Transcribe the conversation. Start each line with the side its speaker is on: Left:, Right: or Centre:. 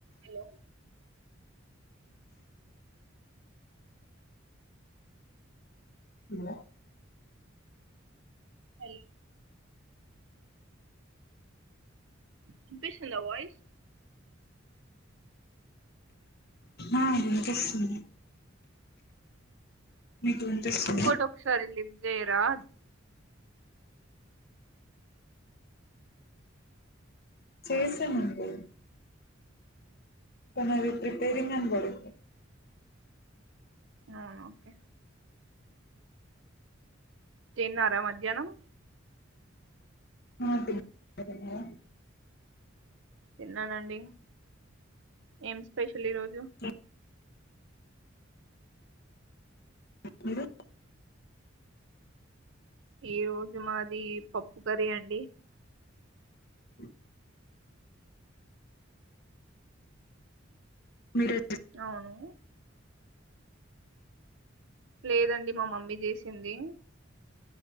Right: హలో
Left: హలో
Right: హలో ఇనిపిస్తుందా వాయిస్
Left: ఆ వినిపిస్తుంది మీకు వినిపిస్తుందా
Right: ఇంకోటి ఒకసారి లిఫ్ట్ జేయరా
Left: చేశానండి తనది ప్రిపేరింగ్ అని పడింది
Right: అవునా ఓకే తిన్నారా మధ్యాహ్నం
Left: ఆ తిన్నాం మీరు తిన్నారా
Right: తిన్నానండి ఏం స్పెషల్ ఈరోజు
Left: కే <inaudible> మి మీరు
Right: ఈ రోజు మాది పప్పు కర్రి అండి
Left: ఓ <inaudible> మీరె
Right: అవును లేదండి మా మమ్మీ జేసింది